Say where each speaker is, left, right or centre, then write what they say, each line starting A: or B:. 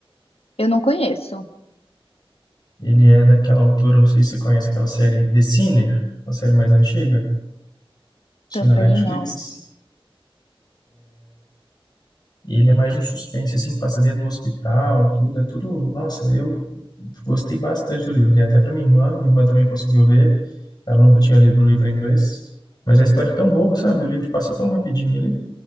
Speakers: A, on the left; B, on the left.
A: eu não conheço.
B: Ele é daquela autora, não sei se você conhece aquela série The Sinner, uma série mais antiga, tinha
A: Também
B: na Netflix.
A: não.
B: E ele é mais um suspense, assim, que passa dentro do hospital, tudo, é tudo. Nossa, eu gostei bastante do livro. Dei até para minha irmã, minha irmã também conseguiu ler. Ela nunca tinha lido um livro em inglês, mas a história é tão boa, sabe? O livro passa tão rapidinho ali